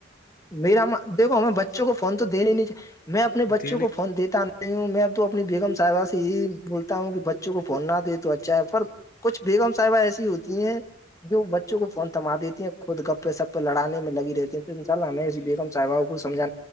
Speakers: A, on the left (about 15°); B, on the left (about 45°).
A: میرا دھو ہمیں بچوں کو فون تو دنے ہی نہیں چاہے میں اپنے بچوں
B: دینے
A: کو فون دیتا ہوں میںب تو اپنی بیگم صاحبہ سے یہی بولتا ہوں کہ بچوں کو فون نہ دے تو اچھا ہے پر کچھ بیگم صاحبہ ایسی ہوتی ہیں جو بچوں کو فون تھما دیتی ہیں خود گپے سپے لڑان میں لگی رہتی ہیں تو انشء اللہ میںیں اس
B: جی
A: بیگم
B: جی
A: ساحباؤ کو سمجھا